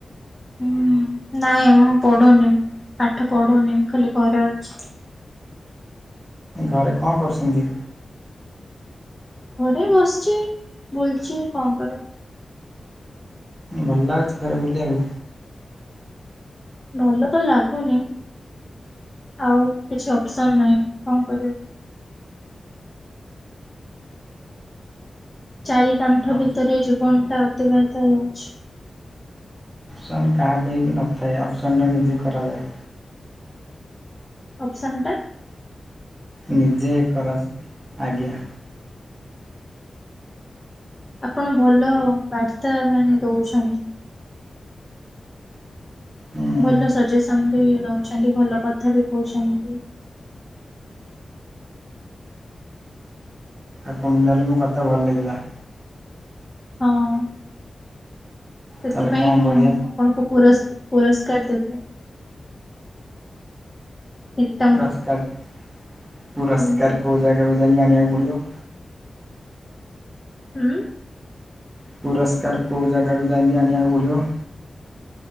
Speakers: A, on the left (about 20°); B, on the right (about 20°).
A: ହୁଁ ନାଇଁ ମୁଁ ପଢୁନି ମୁଁ ପାଠ ପଢୁନି ମୁଁ ଖାଲି ଘରେ ଅଛି।
B: ଘରେ କଣ କରୁଚନ୍ତି।
A: ଘରେ ବସିଛି ବୁଲୁଛି କଣ କରିବା।
B: ଭଲ ଲାଗୁଛି ଘରେ ବୁଲିବାକୁ।
A: ଭଲ ତ ଲାଗୁନି ଆଉ କିଛି ଅପ୍ସନ ନାହିଁ କଣ କରିବୁ। ଚାରି କାଣ୍ଥ
B: ଅପ୍
A: ଭିତରେ ଜୀବନ ଟା ଅତିବାହିତ ହେଉଛି।
B: ଜିବନ କାହା ପାଇଁ ବି ନଥାଏ ଅପ୍ସନଟା ନିଜେ କରାଯାଏ।
A: ଅପ୍ସନ୍ ଟା
B: ନିଜେ କରନ୍ ଆଜ୍ଞା।
A: ଆପଣ ଭଲ ବାର୍ତ୍ତା ମାନେ ଦଉଛନ୍ତି।
B: ହୁଁ
A: ଭଲ ସଜେସନ ବି ଦୋଉଛନ୍ତି ଭଲ କଥା ବି କହୁଛନ୍ତି।
B: ଆପଣଙ୍କୁ ତାହେଲେ ମୋ କଥା ଭଲ ଲାଗିଲା।
A: ହଁ। ସେଥିପାଇଁ
B: ତାହେଲେ କଣ
A: ମୁଁ
B: କରିବା
A: ଆପଣଙ୍କୁ ପୁରସ୍କ ପୁରସ୍କାର ଦେବି। ଏକ ଟଙ୍କା
B: ପୁରସ୍କାର ପୁରସ୍କାର
A: ହୁଁ
B: କୋଉ ଜାଗାକୁ ଯାଇକି ଆଣିବାକୁ ପଡ଼ିବ।
A: ହୁଁ।
B: ପୁରସ୍କାର କୋଉ ଜାଗାକୁ ଯାଇକି ଆଣିବାକୁ ପଡ଼ିବ।